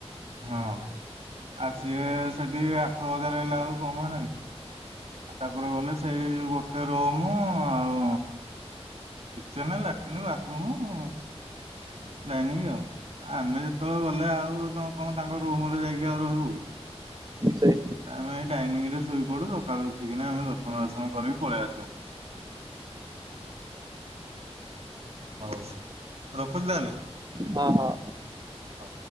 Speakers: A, on the right (about 65°); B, on the right (about 40°).
A: ହଁ ଆଉ ସିଏ ସେଠି ଆଠ ହଜାର ହେଲା ବେଳକୁ କମ୍ ହେଲାଣି। ତାପରେ ଗଲେ ସେଇ ଗୋଟେ ରୁମ୍ ଆଉ କିଚେନ୍ ଲାଟ୍ରିନ୍ ବାଥରୁୁମ୍ ଡାଇନିଂ ଆଉ। ଆମେ ଯେତେବେଳେ ଗଲେ ଆଉ କଣ ତାଙ୍କ ରୁମରେ ଯାଇକି ଆଉ ରହିବୁ କି।
B: ସେଇ
A: ଆମେ ଏଇ ଡାଇନିଂ ରେ ଶୋଇପଡୁ ସକାଳୁ ଉଠିକିନା ଆମେ ଦନ୍ତ ବାର୍ସନ କରିକି ପଳେଇ ଆସୁ। ହଉ ରଖୁଛି ତାହେଲେ।
B: ହଁ ହଁ।
A: ହ।